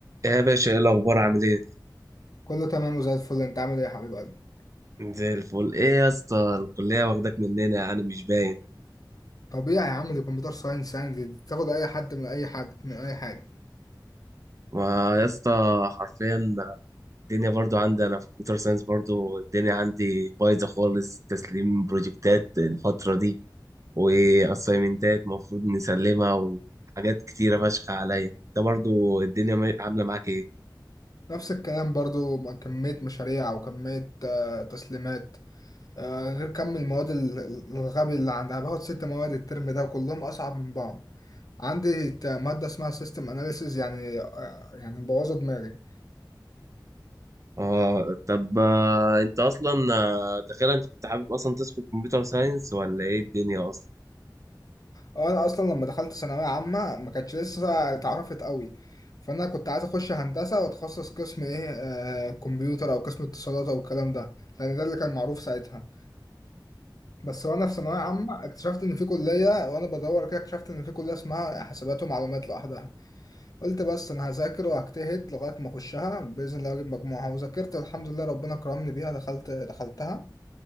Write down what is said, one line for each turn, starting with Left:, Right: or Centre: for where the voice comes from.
Right: يا باشا ايه الاخبار عامل ايه
Left: كله تمام وزي الفل انت عامل ايه يا حبيب قلبي
Right: زي الفل ايه يا اسطى الكليه واخداك مننا يعني مش باين
Left: طبيعي يا عم دي كمبيوتر ساينس يعني دي دي تاخد اي حد من اي حد من اي حاجه
Right: ما يا اسطى حرفيا الدنيا برضو عندي انا في كمبيوتر ساينس برضو الدنيا عندي بايظه خالص تسليم بروجكتات الفتره دي واسايمنتات المفروض نسلمها وحاجات كتيره فشخ عليا انت برضو الدنيا ما- عامله معاك ايه
Left: نفس الكلام برضو مع كميه مشاريع وكميه آه، تسليمات آه، غير كم المواد ال- ال- الغبي اللي عندها باخد ست مواد الترم ده وكلهم اصعب من بعض عندي ت- ماده اسمها سيستم اناليسيز يعني آه، يعني مبوظه دماغي
Right: اه طب آه، انت اصلا آه، تخيل انت كنت حابب اصلا تدخل كمبيوتر ساينس ولا ايه الدنيا اصلا
Left: اه انا اصلا لما دخلت ثانويه عامه ما كانتش لسه اتعرفت قوي فانا كنت عايز اخش هندسه واتخصص قسم ايه آه كمبيوتر او قسم اتصالات او الكلام ده لان ده اللي كان معروف ساعتها بس وانا في ثانويه عامه اكتشفت ان في كليه وانا بدور كده اكتشفت ان في كليه اسمها حسابات ومعلومات لوحدها قلت بس انا هذاكر وهجتهد لغايه ما اخشها باذن الله اجيب مجموعها وذاكرت والحمد لله ربنا كرمني بيها دخلت دخلتها